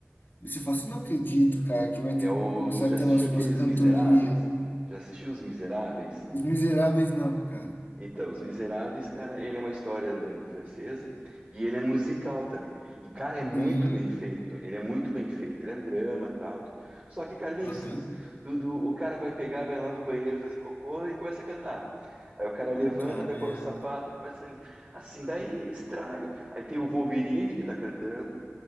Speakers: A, on the left; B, on the right.
A: E você fala assim, não acredito, cara, que vai
B: É
A: ter,
B: o,
A: começar
B: já
A: a
B: assistiu
A: ter umas,
B: aqueles
A: umas cantorias.
B: Miseráveis? Já assistiu Os Miseráveis?
A: Os Miseráveis não, cara.
B: Então, Os Miseráveis, cara, ele é uma história né, francesa e ele é musical também. E, cara, é muito
A: Sim.
B: bem feito. Ele é muito bem feito. Ele é um drama, tal. tudo. Só que, cara, é bem
A: Aham.
B: es- os- do, do- o cara vai pegar, vai lá no banheiro fazer cocô e começa a cantar. Aí o cara
A: Puta
B: levanta, vai
A: merda.
B: pôr o sapato, começa a... assim, daí estraga. Aí tem o Wolverine que tá cantando,